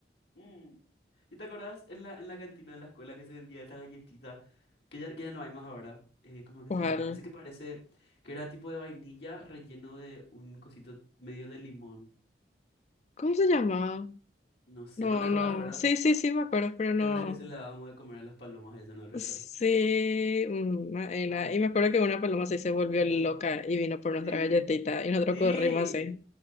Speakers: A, on the left; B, on the left.
A: Mm. ¿Y te acordás en la, en la cantina de la escuela que se vendía esa galletita, que ya, que ya no hay más ahora? Eh, ¿cómo es que
B: ¿Cuál?
A: se llama? Ese que parece que era tipo de vainilla relleno de un cosito medio de limón.
B: ¿Cómo se llamaba?
A: No sé,
B: No,
A: pero te acordás,
B: no,
A: ¿verdad?
B: sí, sí, sí, me acuerdo, pero
A: ¿Y
B: no.
A: ¿Te acordás que se le dábamos de comer a las palomas eso en el recreo?
B: Sí, mm, Maena.
A: Ah,
B: Y me acuerdo que una paloma sí se volvió loca y vino por nuestra
A: Sí,
B: galletita y nosotros
A: sí,
B: corrimos así.